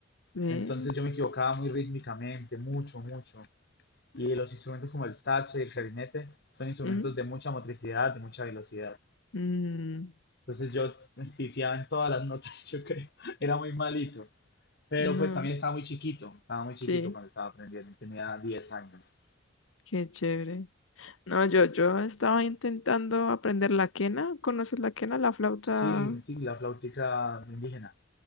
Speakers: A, on the left; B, on the left.
A: ve,
B: Entonces yo me equivocaba muy rítmicamente, mucho, mucho. Y los instrumentos como el saxo y el clarinete son instrumentos
A: ujú,
B: de mucha motricidad, de mucha velocidad.
A: mm,
B: Entonces yo <laughs> pifiaba en todas las notas, <laughs> yo creo. Era muy malito. Pero
A: no,
B: pues también estaba muy chiquito, estaba muy chiquito
A: sí,
B: cuando estaba aprendiendo, tenía diez años.
A: qué chévere. No, yo, yo estaba intentando aprender la quena. ¿Conoces la quena, la flauta?
B: Sí, sí, la flautica indígena.